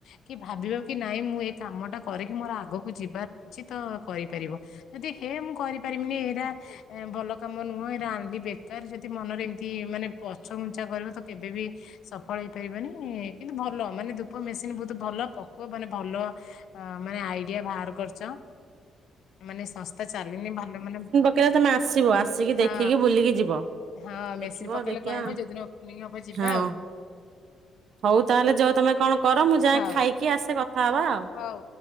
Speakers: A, on the left (about 75°); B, on the right (about 65°).
A: କି ଭାବିବ କି, ନାଇଁ ମୁଁ ଏ କାମ ଟା କରିକି ମୋର ଆଗକୁ ଯିବା ଉଚିତ ତ କରିପାରିବ। ଯଦି ହେ, ମୁଁ କରିପାରିବିନି ଏଇଟା ଭଲ କାମ ନୁହଁ। ଆଣିଲି ବେକାର, ଯଦି ମନରେ ଏମିତି ମାନେ, ପଛଗୁଞ୍ଚା କରିବ। ତ କେବେ ବି, ସଫଳ ହେଇପାରିବନି। କିନ୍ତୁ, ଭଲ ମାନେ ଧୂପ ମେସିନ ବହୁତ ଭଲ। ପକଅ ମାନେ ଭଲ, ହଁ ମାନେ ଆଇଡିଆ ବାହାର କରିଚ। ମାନେ ସଂସ୍ଥା ଚାଲିନି। ଭଲ ମାନେ,
B: କେବେ ତମେ ଆସିବ? ଆସିକି
A: ହଁ
B: ଦେଖିକି ବୁଲିକି ଯିବ।
A: ହଁ ମେସିନ
B: ଦେଖିବ,
A: ପକେଇଲେ
B: ଦେଖିବା,
A: କହିବ ଯୋଉଦିନ ଓପନିଂ ହବ ଯିବା
B: ହଁ।
A: ଆଉ।
B: ହଉ ତାହେଲେ ଯଅ ତମେ କଣ କର। ମୁଁ ଯାଏ,
A: ହଉ
B: ଖାଇକି ଆସେ କଥା ହବା ଆଉ।
A: ହଉ।